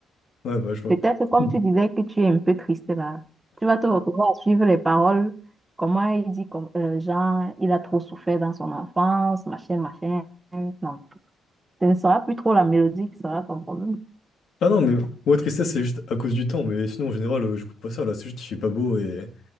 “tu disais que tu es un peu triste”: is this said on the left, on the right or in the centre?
Right